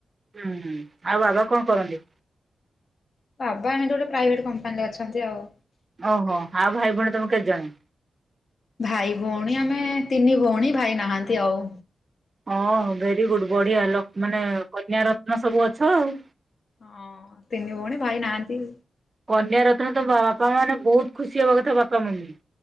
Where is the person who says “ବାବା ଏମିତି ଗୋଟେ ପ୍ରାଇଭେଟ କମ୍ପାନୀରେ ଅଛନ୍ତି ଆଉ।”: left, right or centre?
Left